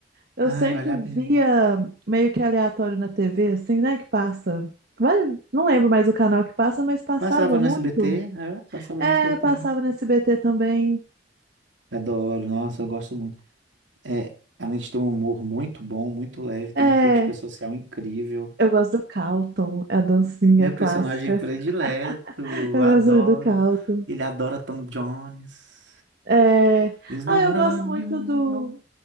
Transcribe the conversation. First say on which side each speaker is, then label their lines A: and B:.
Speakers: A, on the right; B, on the right.
A: Eu
B: Ai,
A: sempre
B: vale a
A: via
B: pena.
A: meio que aleatório na TV, assim, né? Que passa. Vai- Não lembro mais o canal que passa, mas passava
B: Passava no
A: muito.
B: SBT, é, passava
A: É,
B: no SBT.
A: passava no SBT também.
B: Adoro, nossa, eu gosto muito É, além de ter um humor muito bom, muito leve, tem
A: É,
B: uma crítica social incrível.
A: eu gosto do calton é a dancinha
B: Meu
A: clássica.
B: personagem predileto,
A: <laughs> Eu
B: adoro.
A: gosto muito do calton
B: Ele adora Tom Jones.
A: É.
B: He's not
A: Ah, eu
B: unusual.
A: gosto muito do.